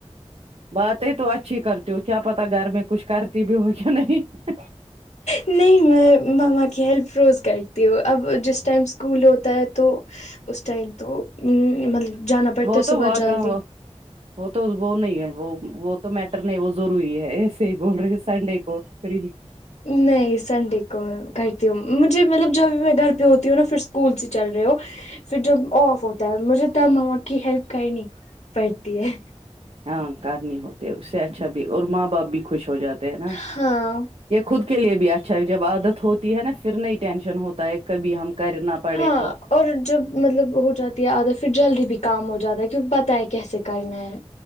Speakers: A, on the right (about 60°); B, on the left (about 80°).
A: باتیں تو اچھی کرتی ہو کیا پتا گھر میں کچھ کرتی بھی ہو کیا نہیں
B: نہیں میں ماما کی ہیلپ روز کرتی ہو اب جس ٹائم اسکول ہوتا ہے تو اس ٹائم تو ا مطلب جانا پڑتا
A: وہ
B: ہے
A: تو
B: صبح
A: وہ
B: جلدی
A: کہاں وہ تو وہ نہیں ہے وہ وہ تو میٹر نہیں وہ ضروری ہے بول رہے ہو سنڈے کو کریگی
B: نہیں سنڈے کو کرتی ہوں مجھے مطلب جب بھی میں گھر ہوتی ہو نہ پھر اسکول سے چل رہے ہو پھر جب آف ہوتا ہے مجھے تب مما کی ہیلپ کرنی پڑتی ہے
A: ہاں کرنی ہوتے اس سے اچھا بھی اور ماں باپ بھی خوش ہو جاتے ہے نا
B: ہاں
A: یہ خود کے لیے بھی اچھا ہے جب عادت ہوتی ہے نا پھر نہیں ٹینشن ہو تا ہے کبھی ہم کرنا پڑے
B: ہاں
A: تو
B: اور جب مطلب ہو جاتی ہے عادت پھر جلدی بھی کام ہو جاتا ہے کیونکہ پتہ ہے کیسے کرنا ہے